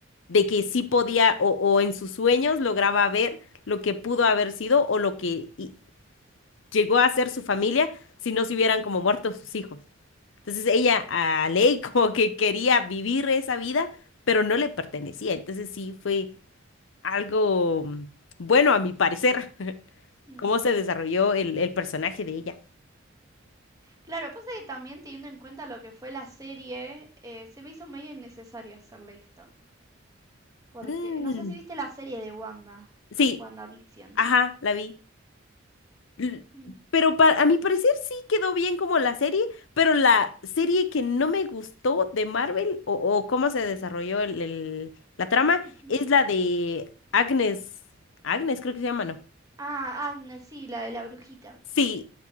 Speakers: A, on the left (about 70°); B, on the right (about 20°).
A: de que sí podía o, o en sus sueños lograba ver lo que pudo haber sido o lo que i- llegó a ser su familia si no se hubieran como muerto sus hijos. Entonces ella a Ley <laughs> como que quería vivir esa vida, pero no le pertenecía. Entonces sí fue algo mm, bueno a mi parecer, <laughs>
B: mm.
A: cómo se desarrolló el, el personaje de ella.
B: Claro, pasa que también teniendo en cuenta lo que fue la serie, eh, se me hizo medio innecesario hacerle esto. Porque,
A: Mm,
B: no sé si viste la serie de Wanda,
A: Sí,
B: WandaVision.
A: ajá, la vi. L-
B: Mm,
A: Pero pa- a mi parecer sí quedó bien como la serie, pero la serie que no me gustó de Marvel o, o cómo se desarrolló el, el- la trama
B: ujú.
A: es la de Agnes. Agnes creo que se llama, ¿no?
B: Ah, Agnes, sí, la de la brujita.
A: Sí,